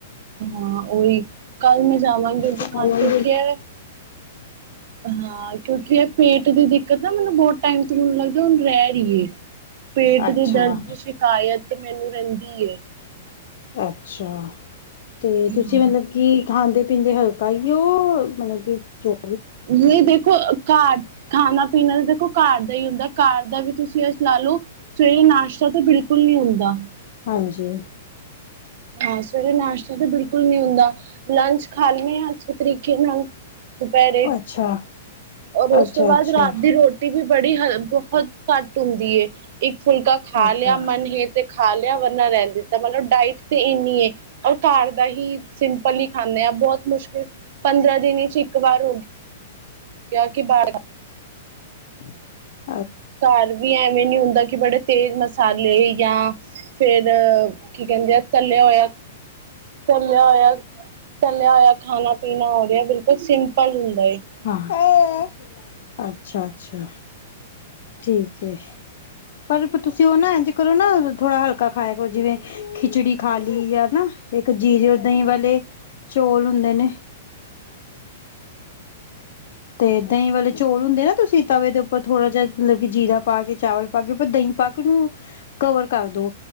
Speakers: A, on the right; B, on the left.
A: ਹਾਂ ਉਹੀ ਕਲ ਮੈਂ ਜਾਵਾਂਗੀ
B: ਹੈ
A: ਦਿਖਾਨ ਕਿਉਂਕਿ ਐ ਹਾਂ ਕਿਉਂਕਿ ਇਹ ਪੇਟ ਦੀ ਦਿੱਕਤ ਨਾ ਮੈਂਨੂੰ ਬਹੁਤ ਟਾਈਮ ਤੋਂ ਮੈਨੂੰ ਲੱਗਦਾ ਹੁਣ ਰਹਿ ਰਹੀ ਏ ਪੇਟ
B: ਅੱਛਾ
A: ਦੇ ਦਰਦ ਦੀ ਸ਼ਿਕਾਇਤ ਮੈਨੂੰ ਰਹਿੰਦੀ ਏ
B: ਅੱਛਾ ਤੇ
A: ਹਾਂ
B: ਤੁਸੀਂ ਮਤਲਬ ਕੀ ਖਾਂਦੇ ਪੀਂਦੇ ਹ ਗਾਈਓ ਮਤਲਬ ਕਿ ਚੁੱਪ
A: ਨਹੀ ਦੇਖੋ ਅ ਘਰ ਖਾਣਾ ਪੀਣਾ ਤਾਂ ਦੇਖੋ ਘਰ ਦਾ ਹੀ ਹੁੰਦਾ ਘਰ ਦਾ ਵੀ ਤੁਸੀਂ ਇਸ ਲਾ ਲਓ ਸਵੇਰੇ ਨਾਸ਼ਤਾ ਤਾਂ ਬਿਲਕੁਲ ਨੀ ਹੁੰਦਾ
B: ਹਾਂਜੀ
A: ਹਾਂ ਸਵੇਰੇ ਨਾਸ਼ਤਾ ਤਾਂ ਬਿਲਕੁਲ ਨੀ ਹੁੰਦਾ ਲੰਚ ਖਾਂਦੇ ਆ ਅੱਛੇ ਤਰੀਕੇ ਨਾਲ ਦੁਪਹਿਰੇ
B: ਅੱਛਾ
A: ਔਰ ਉਸ
B: ਅੱਛਾ
A: ਤੋਂ ਬਾਅਦ
B: ਅੱਛਾ
A: ਰਾਤ ਦੀ ਰੋਟੀ ਵੀ ਬੜੀ ਹ ਬਹੁਤ ਘੱਟ ਹੁੰਦੀ ਏ ਇੱਕ ਫੁਲਕਾ ਖਾ
B: ਅੱਛਾ
A: ਲਿਆ ਮਨ ਹੇ ਤੇ ਖਾ ਲਿਆ ਵਰਨਾ ਰਹਿਣ ਦਿੱਤਾ ਮਤਲਬ ਡਾਇਟ ਤੇ ਇੰਨੀਏ ਔਰ ਘਰ ਦਾ ਹੀ ਸਿੰਪਲ ਹੀ ਖਾਂਦੇ ਹਾਂ ਬਹੁਤ ਮੁਸ਼ਕਿਲ ਪੰਦਰਾਂ ਦਿਨ 'ਚ ਇੱਕ ਵਾਰ ਹੋ ਕਿਹਾ ਕਿ ਬਾਹਰ ਦਾ
B: <inaudible>
A: ਘਰ ਵੀ ਐਵੇਂ ਨਹੀ ਹੁੰਦਾ ਕਿ ਬੜੇ ਤੇਜ਼ ਮਸਾਲੇ ਜਾਂ ਫਿਰ ਕੀ ਕਹਿੰਦੇ ਆ ਤੱਲਿਆ ਹੋਇਆ ਤੱਲਿਆ ਹੋਇਆ ਤਲਿਆ ਹੋਇਆ ਖਾਣਾ ਪੀਣਾ ਹੋ ਰਿਹਾ ਬਿਲਕੁਲ ਸਿੰਪਲ ਹੁੰਦਾ ਏ
B: ਹਾਂ ਅੱਛਾ ਅੱਛਾ ਠੀਕ ਹੈ ਪਰ ਤੁਸੀਂ ਉਹ ਨਾ ਐਂਝ ਕਰੋ ਨਾ ਥੋੜਾ ਹਲਕਾ ਖਾਇਆ ਕਰੋ ਜਿਵੇਂ ਖਿਚੜੀ ਖਾ ਲਈ ਜਾ ਨਾ ਇੱਕ ਜੀਰੀਓ ਦਹੀਂ ਵਾਲੇ ਚੌਲ ਹੁੰਦੇ ਨੇ ਤੇ ਦਹੀਂ ਵਾਲੇ ਚੋਲ ਹੁੰਦੇ ਤੁਸੀਂ ਤਵੇ ਦੇ ਉੱਪਰ ਥੋੜ੍ਹਾ ਜਿਹਾ ਮਤਲਬ ਕਿ ਜੀਰਾ ਪਾ ਕੇ ਚਾਵਲ ਪਾ ਕੇ ਅਪਾਂ ਦਹੀਂ ਪਾਕ ਨੂੰ ਕਵਰ ਕਰ ਦੋ